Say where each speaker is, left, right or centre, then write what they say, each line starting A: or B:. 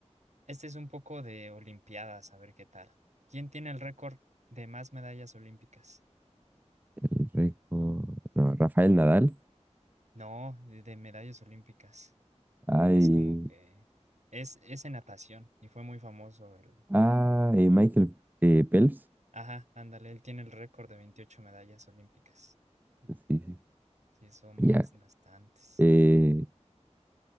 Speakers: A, on the right; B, on the right.
A: Este es un poco de Olimpiadas, a ver qué tal. ¿Quién tiene el récord de más medallas olímpicas?
B: el récord. No, Rafael Nadal.
A: No, de, de medallas olímpicas.
B: Hay.
A: Es como que es, es en natación y fue muy famoso el...
B: Ah, eh, Michael eh, Phelps.
A: Ajá, ándale, él tiene el récord de 28 medallas olímpicas. Y
B: Sí, sí.
A: sí, son
B: Ya.
A: ban- bastantes.
B: Eh,